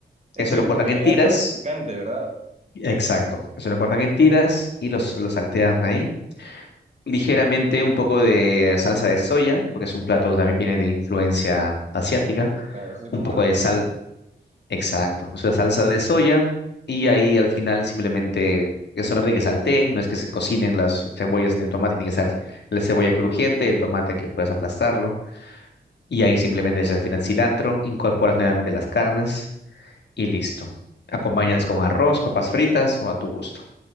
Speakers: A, on the right (about 40°); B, on the left (about 80°).
A: Es
B: Eso
A: el
B: lo cortan
A: que
B: en
A: le
B: tiras.
A: da el toque picante, ¿verdad?
B: Exacto. Eso lo cortan en tiras y los, los saltean ahí. Ligeramente un poco de salsa de soya, porque es un plato que también viene de influencia asiática.
A: Claro, o sea, es
B: Un
A: como
B: poco
A: una fusión.
B: de sal, exacto. O sea, salsa de soya y ahí al final simplemente... Es solamente que salteen, no es que se cocinen las cebollas ni el tomate, tiene que ser la cebolla crujiente, el tomate que puedas aplastarlo Y ahí simplemente echas al final cilantro, incorporas nuevamente las carnes y listo. Acompañas con arroz, papas fritas o a tu gusto.